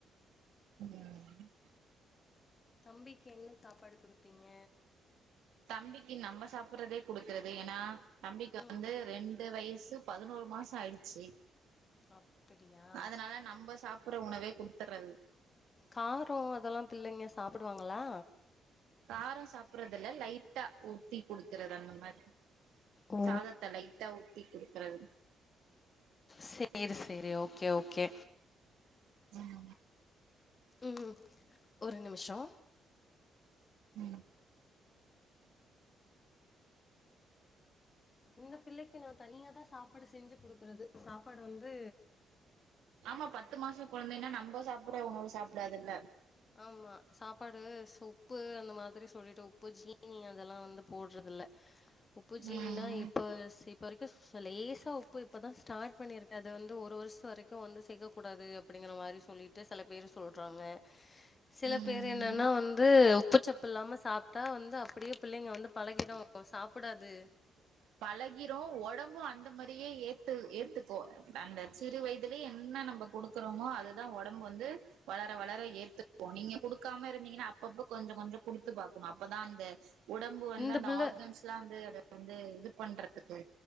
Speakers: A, on the right; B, on the left.
A: <unintelligible>
B: தம்பிக்கு என்ன சாப்பாடு குடுத்தீங்க
A: தம்பிக்கு நம்ப சாப்புட்றதே குடுக்குறது ஏன்னா தம்பிக்கு
B: ம்
A: வந்து ரெண்டு வயசு பதுனோரு மாசோ ஆய்டுச்சு
B: அப்படியா
A: அதனால நம்ப சாப் சாப்புட்ற உணவே குடுத்துறது
B: காரோ அதெல்லா பிள்ளைங்க சாப்புடுவாங்களா
A: காரோ சாப்புறதில்ல லைட்டா ஊத்தி குடுக்றது அந்த மாரி
B: ஓ
A: சாதத்த லைட்டா ஊத்தி குடுக்குறது
B: சேரி சேரி ஓகே ஓகே
A: ம்
B: ம் ஒரு நிமிஷோ
A: ம்
B: இந்த பிள்ளைக்கு நா தனியாதா சாப்பாடு செஞ்சு குடுக்குறது சாப்பாடு வந்து
A: ஆமா பத்து மாசோ கொழந்தைன்னா நம்ப சாப்புட்ற உணவு சாப்டாதுல்ல
B: ஆமா சாப்பாடு உப்பு அந்த மாதிரி சொல்லிட்டு உப்பு ஜீனி அதெல்லா வந்து போட்றதில்ல உப்பு ஜீனிலா
A: ம்
B: எப்ப சேப் இப்போ வரைக்கு லேசா உப்பு இப்ப தா ஸ்டாட் பண்ணிருக்கே அது வந்து ஒரு வர்சோ வரைக்கு வந்து சேக்கக்கூடாது அப்டிங்கிற மாரி சொல்லிட்டு செல பேர் சொல்றாங்க சில
A: ம்
B: பேர் என்னன்னா வந்து உப்புச்சப்பு இல்லாம சாப்ட்டா வந்து அப்டியே பிள்ளைங்க வந்து பழகிடும் சாப்புடாது
A: பழகிரும் ஒடம்பும் அந்த மாரியே ஏத் ஏத்துக்கு அந்த சிறு வயதுலே என்ன நம்ப குடுக்குறோமோ அதுதா ஒடம்பு வந்து வளர வளர ஏத்துக்கும் நீங்க குடுக்காம இருந்தீங்கன்னா அப் அப்பப்ப கொஞ்ச கொஞ்சோ குடுத்து பாக்கணும் அப்பதா அந்த உடம்பு வந்து
B: இந்த
A: அந்த
B: பிள்ள
A: ஆர்கன்ஸ்லா வந்து வந்து இது பண்றத்துக்கு